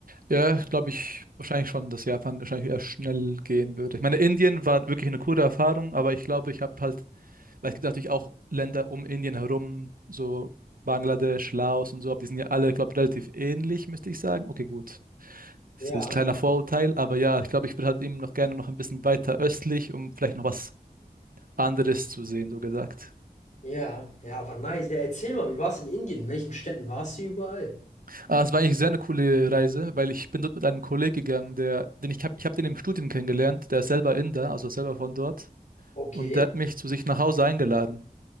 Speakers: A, on the right; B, on the left.
A: Ja, glaube ich wahrscheinlich schon, dass Japan wahrscheinlich eher schnell gehen würde. Ich meine, Indien war wirklich eine coole Erfahrung, aber ich glaube, ich habe halt, weil es gibt natürlich auch Länder um Indien herum, so Bangladesch, Laos und so, aber die sind ja alle, glaube ich, relativ ähnlich, müsste ich sagen. Okay, gut. Das
B: Ja,
A: ist ein kleiner Vorurteil, aber ja, ich glaube, ich würde halt eben noch gerne noch ein bisschen weiter östlich, um vielleicht noch was anderes zu sehen, so gesagt.
B: ja, ja, aber nice. Ja, erzähl mal, wie war's in Indien? In welchen Städten warst du überall?
A: Aber es war eigentlich sehr eine coole Reise, weil ich bin dort mit einem Kollegen gegangen, der, den ich habe, ich habe den im Studium kennengelernt, der ist selber Inder, also selber von dort,
B: Okay.
A: und der hat mich zu sich nach Hause eingeladen.